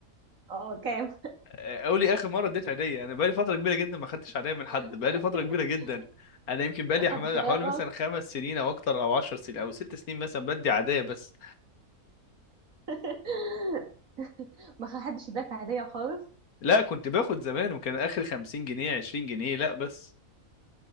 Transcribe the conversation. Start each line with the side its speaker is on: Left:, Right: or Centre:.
Right: اه كام
Left: آه، اقول لي اخر مره اديت هديه انا بقالي فتره كبيره جدا ما خدتش هديه من حد
Right: <laughs>
Left: بقالي فتره كبيره جدا انا يمكن بقالي
Right: اخدت
Left: حما-
Right: هدية
Left: حوالي
Right: غلط
Left: مثلا خمس سنين او اكتر او عشر سنين او ست سنين مثلا بدي عاديه بس
Right: <laughs> ما حدش اداك هدية خالص
Left: لا كنت باخد زمان وكان اخر 50 جنيه 20 جنيه لا بس